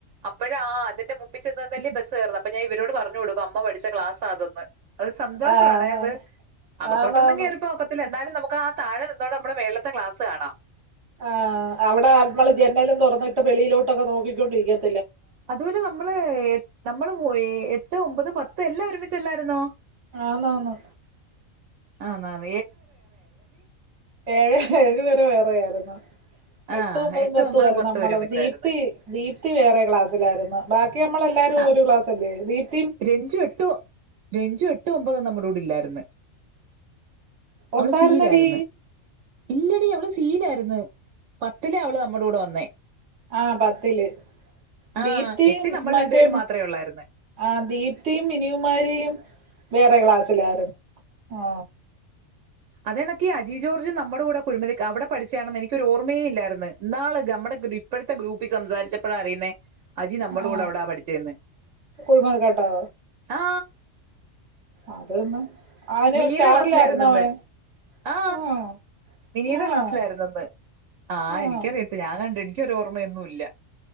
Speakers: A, on the right; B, on the right.
A: അപ്പഴ് ആ അതിൻ്റെ മുമ്പിൽ ചെന്നു നിന്നല്ലേ ബസ് കേറുന്ന ഇപ്പോ ഞാൻ മിസ്സിനോട് പറഞ്ഞു കൊടുക്കും അമ്മ പഠി പഠിച്ച ക്ലാസാണന്ന് അത് സന്തോഷാണേ
B: ആ, ആ,
A: അത് അകത്തോട്ട്
B: ആന്നാന്ന്
A: ഒന്നും കേറി പോകാൻ ഒക്കത്തില്ല നമുക്ക് ആ താഴെ നിന്നോണ്ട് മുകളിലത്തെ ക്ലാസ് കാണാം
B: ആഹ് അവിടെ നമ്മളു ജനലും തുറന്നിട്ട് വെളിയിലോട്ട് നോക്കി കൊണ്ട് നിക്കും
A: അതുപോലെ നമ്മള് ഏ നമ്മൾ പോയ എട്ട് ഒമ്പത് പത്ത് എല്ലാം ഒരുമിച്ചല്ലായിരുന്നോ
B: അന്നന്ന്
A: അന്നന്ന്
B: ഉംഏഴ് ഏഴു വരെ വേറെയായിര്ന്നു
A: ആഹ്
B: എട്ടു ഒമ്പതും
A: എട്ടും
B: പത്തും ആയിരുന്നു നമ്മള
A: ഒരുമിച്ചായിരുന്നു
B: ദീപ്തി ദീപ്തി വേറെ ക്ലാസ്സിലായിരുന്നു ബാക്കി നമ്മളെ എല്ലാരും
A: ആഹ്
B: ഒരു ക്ലാസ്ല്ലേ <unintelligible>
A: രഞ്ജു എട്ട് രഞ്ജു എട്ട് ഒമ്പത് നമ്മുടെ ടൂഡില്ലായിരുന്ന് അവള്
B: ഉണ്ടായിരുന്നടി
A: സീലായിന്ന് ഇല്ലടി അവള് സീലായിര്ന്ന് പത്തില അവള് നമ്മുടെ കൂടെ വന്നേ
B: ആ പത്തില്ല്
A: ആഹ്
B: ദീപ്തിയും
A: എട്ടിൽ നമ്മൾ
B: മറ്റേ
A: രണ്ടുപേരും മാത്രമേ ഉള്ളായിരുന്നു
B: ആ ദീപ്തിയും മിനിയുമാരിയും വേറെ ക്ലാസ്സിലായിരുന്നു ആ
A: അതേണക്കി അജി ജോർജ് നമ്മുടെ കൂടെ കുഴിമതി അവിടെ പഠിച്ചയാണെന്ന് എനിക്കൊ ഓർമ്മയേ ഇല്ലായിരുന്നു ഇന്നാള് നമ്മുടെ ഇപ്പോഴത്തെ ഗ്രൂപ്പിൽ സംസാരിച്ചപ്പോഴാണ് അറിയുന്നേ അജി നമ്മുടെ
B: ആഹ്
A: കൂടെ അവിടാ പഠിച്ചന്ന്
B: കുഴിമത് കേട്ടോ
A: ആ
B: അതൊന്ന് അവന്
A: മിനിയുടെ
B: സ്റ്റാറിലായിരുന്നു
A: ക്ലാസ്സിലായിരുന്നെന്ന്
B: അവൻ
A: ആ
B: ആഹ്
A: മിനിയുടെ
B: ആഹ്
A: ക്ലാസ്സിലായിരുന്നന്ന് ആ
B: ആഹ്
A: എനിക്കറിയത്തില്ല ഞാൻ കണ്ടു എനിക്കരോഓർമ്മയൊന്നുഇല്ല